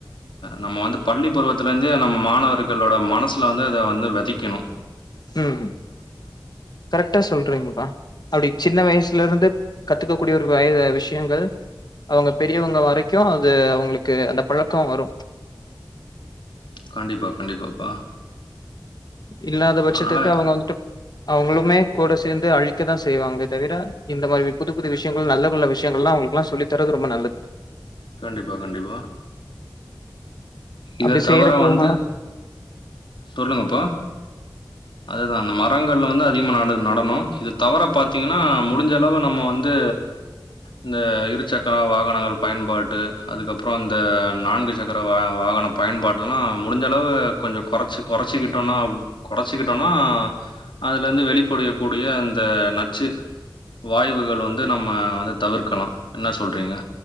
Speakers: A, on the left; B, on the left.
A: நம்ம வந்து பள்ளி பருவத்துல இருந்து நம்ம மாணவர்களோட மனசு அதுல வந்து அத வந்து வெதக்கிணு
B: உம் கரெக்டா சொல்றீங்கப்பா அப்டி சின்ன வயசுல இருந்து கத்துக்க கூடிய ஒரு வயது விஷ்யங்கள் அவுங்க பெரியவங்க வரைக்கு அது அவுங்களுக்கு அந்த பழக்க வரு
A: கண்டிப்பா கண்டிப்பாப்பா
B: இல்லாத பட்சத்துக்கு
A: அதனால
B: அவுங்க வந்துட்டு அவுங்குளுமே கூட சேந்து அழிக்க தா செய்வாங்களே தவிர இந்த மாரி புது புது விஷயங்கள் நல்ல கொள்ள விஷயங்கள்லா அவுங்களுக்குல்லா சொல்லி தர்றது ரொம்ப நல்லது
A: கண்டிப்பா கண்டிப்பா இத
B: அப்டி
A: தவர
B: செய்யறப்போனால
A: வந்து சொல்லுங்கப்பா அதுதா அந்த மரங்கள் வந்து அதிகமா நட நடணு இது தவிர பாத்தீங்கின்னா முடுஞ்சளவு நம்ம வந்து இந்ந இருச் சக்கர வாகனங்கள் பயன்பாட்டு அதுக்கப்றோ அந்த நான்கு சக்கர வாக வாகனம் பயன்பாட்டெல்லா முடிஞ்சளவு கொஞ்சோ கொறச்சு கொறைச்சுக்கிட்டோனா கொறைச்சுக்கிட்டோம்னா அதுல இருந்து வெளிப்படையக்கூடிய அந்த நச்சு வாய்வுகள் வந்து நம்ம வந்து தவுர்க்கணூ என்ன சொல்றீங்க